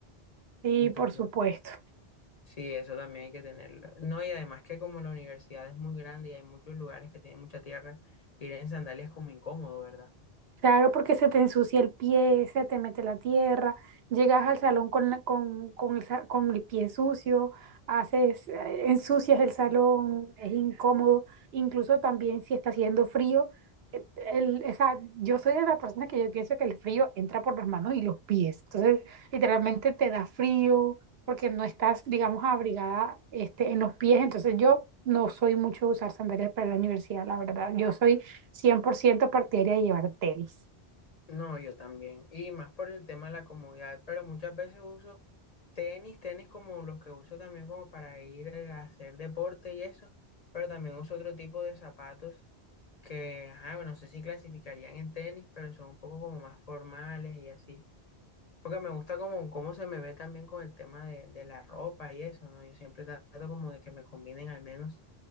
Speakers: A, on the right; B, on the left.
A: Sí,
B: Entonces,
A: por supuesto.
B: sí, eso también hay que tenerlo. No, y además que como la universidad es muy grande y hay muchos lugares que tienen mucha tierra, ir en sandalias es como incómodo, ¿verdad?
A: Claro, porque se te ensucia el pie, se te mete la tierra, llegas al salón con, la- con, con el, sa- con el pie sucio, haces, eh, ensucias el salón, es incómodo, incluso también si está haciendo frío, eh, el, o sea, yo soy de la persona que yo pienso que el frío entra por las manos y los pies, entonces literalmente te da frío porque no estás, digamos, abrigada este, en los pies, entonces yo no soy mucho de usar sandalias para la universidad, la verdad, yo soy 100% partidaria de llevar tenis.
B: No, yo también. Y más por el tema de la comodidad, pero muchas veces uso tenis, tenis como los que uso también como para ir eh, a hacer deporte y eso, pero también uso otro tipo de zapatos que, ajá, bueno, no sé si clasificarían en tenis, pero son un poco como más formales y así. Porque me gusta como cómo se me ve también con el tema de, de la ropa y eso, ¿no? Yo siempre trato como de que me combinen al menos.